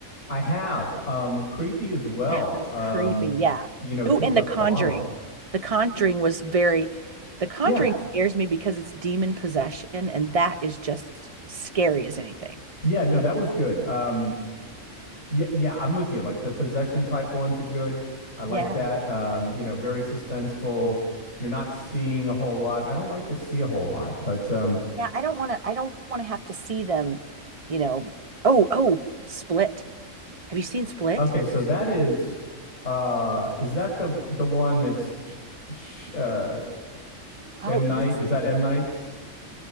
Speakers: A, on the left (about 65°); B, on the right (about 35°).
A: I have. Um, creepy as well.
B: That one's
A: Um,
B: creepy. Yeah.
A: you know,
B: Oh,
A: just
B: and
A: the
B: The
A: thought
B: Conjuring.
A: of it.
B: The Conjuring was very, The Conjuring
A: Yeah.
B: scares me because it's demon possession, and that is just scary as anything.
A: Yeah, no, that was good. Um, yeah, yeah, I'm with you. Like the possession type ones are good. I like
B: Yeah.
A: that. Um, you know, very suspenseful. You're not seeing a whole lot. I don't like to see a whole lot, but um,
B: Yeah, I don't want to I don't want to have to see them, you know. Oh, oh, Split. Have you seen Split?
A: okay, so that is uh is that the the one that's sh sh uh
B: Oh,
A: M. Night?
B: This
A: Is that M. Night's?